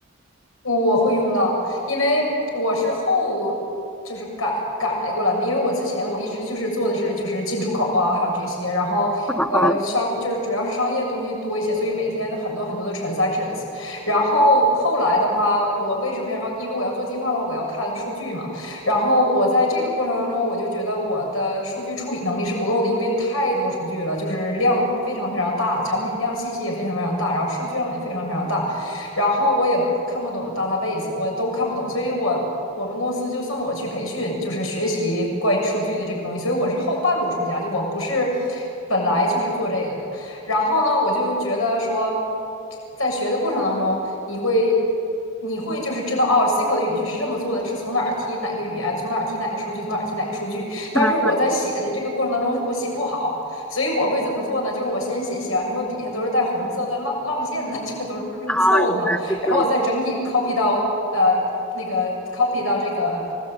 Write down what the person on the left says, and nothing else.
我会用到，因为我是后就是改改过来的嘛，因为我之前我一直就是做的是就是进出口啊，还有这些，然后呃商就是主要是商业东西多一些，
所以每天很多很多的 transactions。然后后来的话，我为什么要？因为我要做计划的话，我要看数据嘛。然后我在这个过程当中，我就觉得我的数据处理能力是不够的，因为太多数据了，就是量非常非常大，产品量信息也非常非常大，然后数据量也非常非常大。然后我也看不懂 database，我都看不懂，所以我我们公司就送我去培训，就是学习关于数据的这个东西，所以我是后半路出家，就我不是本来就是做这个的。然后呢，我就觉得说，在学的过程当中，你会。你会就是知道哦，SQL 的语句是这么做的，是从哪儿提哪个语言，从哪儿提哪个数据，从哪儿提哪个数据。但是我在写的这个过程当中，
我写不好，所以我会怎么做呢？就是我先写，写完之后底下都是带红色的浪浪线的，<laughs> 就是都是你凑的嘛，
然后我再整体 copy 到呃那个 copy 到这个。